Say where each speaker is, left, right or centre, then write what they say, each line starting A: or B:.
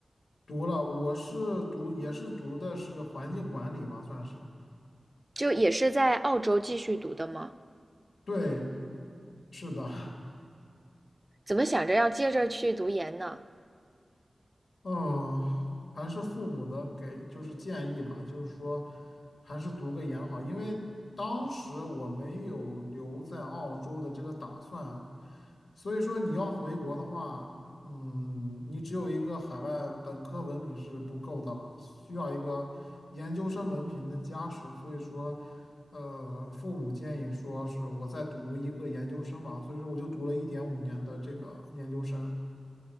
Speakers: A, on the left; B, on the right.
A: 读了。我是读，也是读的是环境管理嘛，算是。
B: 就也是在澳洲继续读的吗？
A: 对，是的。<laughs>
B: 怎么想着要接着去读研呢？
A: 嗯，还是父母的给就是建议吧，就是说还是读个研好，因为当时我没有留在澳洲的这个打算，所以说你要回国的话，嗯，你只有一个海外本科文凭是不够的了，需要一个研究生文凭的加持，所以说，呃，父母建议说是我再读一个研究生吧，所以说我就读了一点五年的这个研究生。